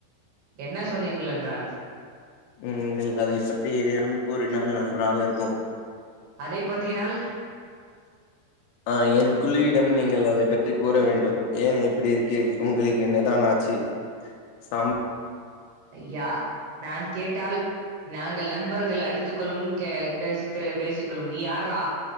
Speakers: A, on the right; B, on the left.
A: என்ன சொன்னீர்கள் என்றால்
B: நீங்கள் அதை பற்றி ஏதேனும் கூறினால் நன்றாக இருக்கும்
A: அதை பற்றினால்
B: ஆ என் குழுயிடம் நீங்கள் அதை பற்றி கூற வேண்டும் ஏன் இப்படி இருக்கீறீர் உங்களுக்கு என்னதான் ஆ சி சாம்
A: ஐயா நான் கேட்டால் நாங்கள் நண்பர்கள் அடித்துக்கொள்ளும் கே பேசி பேசிக்கொள்ளும் நீ யார்ரா